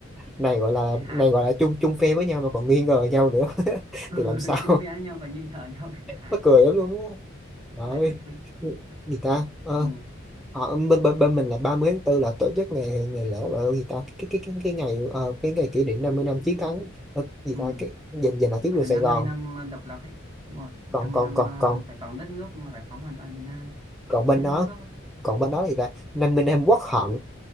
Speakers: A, in the centre; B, on the right (about 25°).
A: này gọi là
B: hài
A: này gọi
B: thật
A: là chung chung phe với nhau mà còn nghi ngờ nhau nữa <laughs>
B: ừ,
A: thì làm sao
B: chung phe nhau còn nhị thở nhau <laughs> cái
A: <laughs>
B: hài
A: mắc cười lắm luôn á
B: Mắc
A: Trời
B: cười
A: ơi
B: thật sự
A: gì ta
B: ừ
A: Ờ,
B: ừ
A: Ờ, bên, bên, bên mình là 30 tháng tư là tổ chức ngày ngày lễ gọi là gì ta cái cái cái cái ngày ờ, cái ngày kỷ niệm 50 năm chiến thắng ờ, gì
B: ừ.
A: ta cái dành dành lại tuyến
B: vậy
A: đường
B: là
A: Sài
B: năm
A: Gòn
B: 50 năm độc lập đấy Đúng rồi 50
A: còn còn
B: năm
A: còn
B: ờ,
A: còn
B: giải phóng đất nước giải phóng hoàn toàn Việt Nam
A: còn
B: thống
A: bên
B: nhất
A: đó
B: đất nước
A: còn bên đó thì ta 50 năm quốc hận